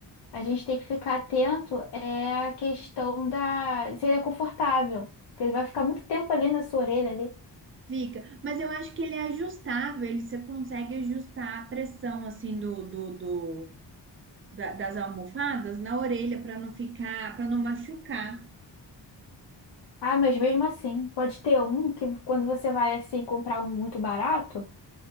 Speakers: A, on the left; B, on the right.
A: A gente tem que ficar atento é a questão da se ele é confortável, porque ele vai ficar muito tempo ali na sua orelha ali.
B: Fica, mas eu acho que ele é ajustável, ele você consegue ajustar a pressão assim do, do, do- da- das almofadas na orelha para não ficar, para não machucar.
A: Ah, mas mesmo assim, pode ter um que quando você vai assim comprar um muito barato,